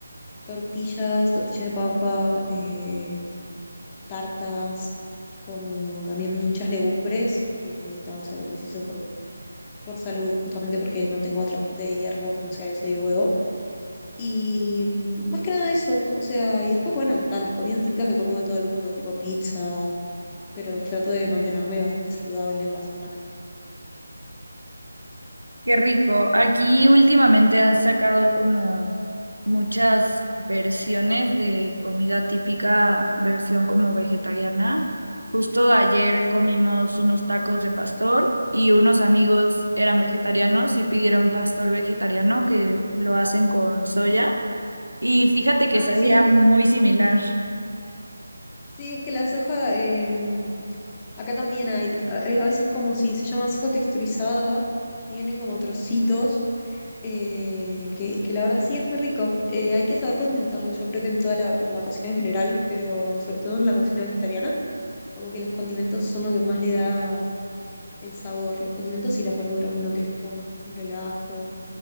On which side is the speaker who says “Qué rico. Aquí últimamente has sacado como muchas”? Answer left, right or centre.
Right